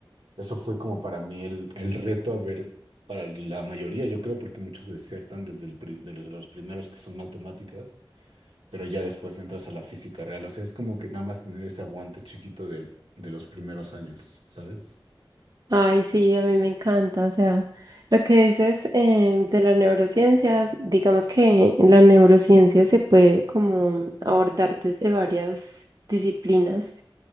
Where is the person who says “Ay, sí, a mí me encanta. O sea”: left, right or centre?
Right